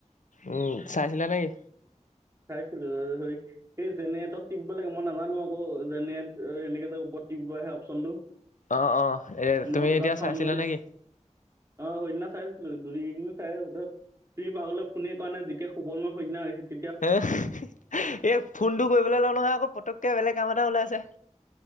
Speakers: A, on the left; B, on the right.
A: উম, চাইছিলা নেকি?
B: চাইছিলো, সেই এই জেনেৰেটত টিপব লাগে। মই নাজানো আকৌ জেনেৰেটৰ সেণেকে যে উপৰ তিপিব আহে অপচনটো।
A: অঁ অঁ এ তুমি
B: ন, দহ
A: এতিয়া
B: টা ফাওন
A: চাইছিলা
B: গলে
A: নেকি
B: অ সিদিনা চাইছিলো তু চাই তাই লৈ কোনে কাৰণে জিকে সুবৰ্ণ সৈন্য সেইট
A: এই ফোনটো কৰিবলৈ লওঁ নহয়, আকৌ পতককে বেলেগ কাম এটা ওলাই যে,,,,